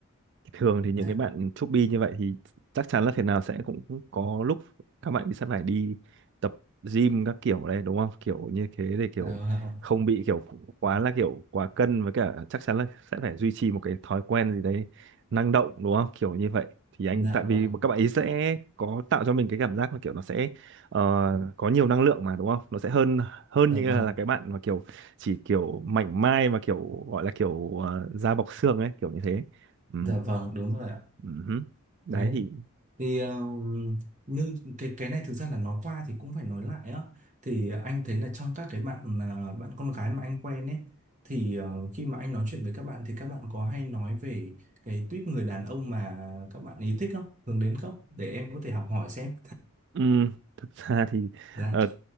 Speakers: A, on the right; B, on the right.
A: thường thì những
B: dạ
A: cái bạn chubby như vậy thì chắc chắn là thế nào sẽ cũng cũng có lúc các bạn sẽ phải đi tập gym các kiểu đấy đúng không kiểu như thế để kiểu
B: dạ vâng
A: không bị kiểu quá là kiểu quá cân với cả chắc chắn là sẽ phải duy trì một cái thói quen gì đấy năng động đúng không kiểu như vậy thì anh
B: dạ
A: tại vì
B: vâng
A: các bạn ấy sẽ có tạo cho mình cái cảm giác là kiểu nó sẽ ờ, có nhiều năng lượng mà đúng không nó sẽ hơn hơn
B: dạ
A: như
B: vâng
A: là, là cái bạn mà kiểu chỉ kiểu mảnh mai mà kiểu gọi là kiểu ờ, da bọc xương ấy kiểu như thế Ừ.
B: dạ vâng đúng rồi ạ
A: Ừ hứ. Đấy
B: Đấy
A: thì
B: thì ờ, như cái cái này thực ra là nói qua thì cũng phải nói lại á thì anh thấy là trong các cái bạn à, bạn con gái mà anh quen ấy thì ờ, khi mà anh nói chuyện với các bạn thì các bạn có hay nói về cái tuýp người đàn ông mà các bạn ý thích không hướng đến không để em có thể học hỏi xem
A: ừm, thực <laughs> ra thì
B: <laughs>
A: ờ,
B: dạ